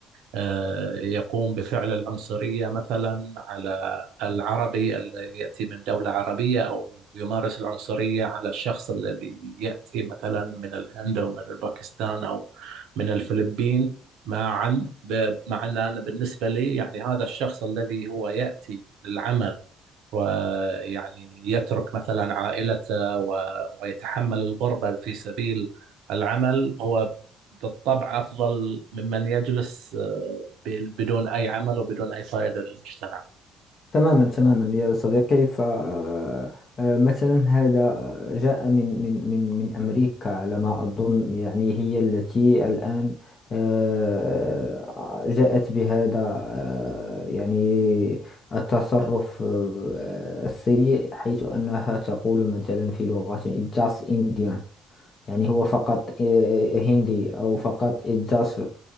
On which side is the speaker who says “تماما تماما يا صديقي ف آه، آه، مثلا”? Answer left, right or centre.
Left